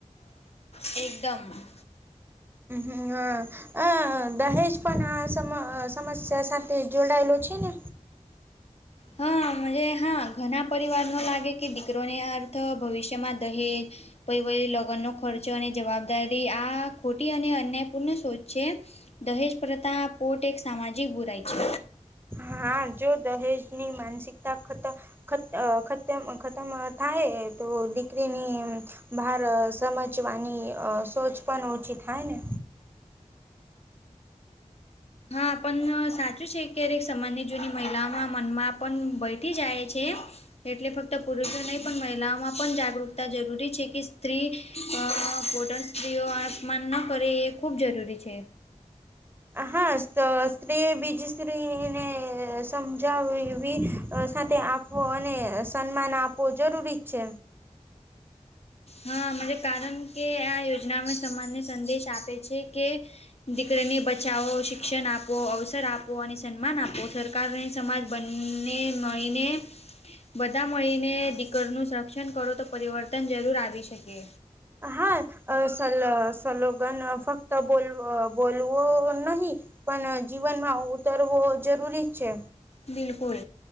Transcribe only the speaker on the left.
એકદમ.
હા હા ઘણા પરિવારનો લાગે કે દીકરોને અર્થ ભવિષ્યમાં દહેજ પ વ લગ્નનો ખર્ચો અને જવાબદારી આ ખોટી અને અન્યાયપૂર્ણ શોચ છે. દહેજ પ્રથા પોતે એક સામાજિક બુરાય છે.
હા પણ સાચું છે ક્યારેક સામાન્ય જૂની મહિલાઓના મનમાં પણ બેઠી જાય છે. એટલે ફક્ત પુરુષો નહી પણ મહિલાઓમાં પણ જાગૃકતા જરૂરી છે કે સ્ત્રી પો સ્ત્રીઓ અપમાન ન કરે એ ખૂબ જરૂરી છે.
હા મને કારણ કે આ યોજનામાં સમાજને સંદેશ આપે છે કે દીકરીને બચાવો શિક્ષણ આપો અવસર આપો અને સન્માન આપો સ સરકાર સમાજ બંને મળીને બધા મળીને દીકરીનું સંરક્ષણ કરો તો પરિવર્તન જરૂર આવી શકે.
બિલકુલ!